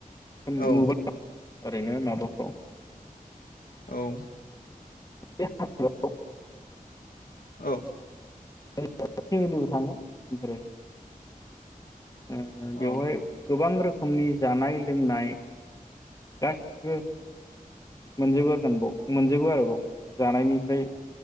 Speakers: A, on the left (about 25°); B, on the left (about 75°).
A: <unintelligible>
B: औ
A: ओरैनो माबाफ्राव
B: औ
A: <unintelligible>
B: औ
A: <inaudible> फेमिलिबो थांङो ओमफ्राय ओ
B: औ
A: बेवहाय गोबां रोख खोमनि जानाय लोंनाय गासिबो मोनजोबोगोन बाव मोनजोबो आरोबाव जानायनिफ्राय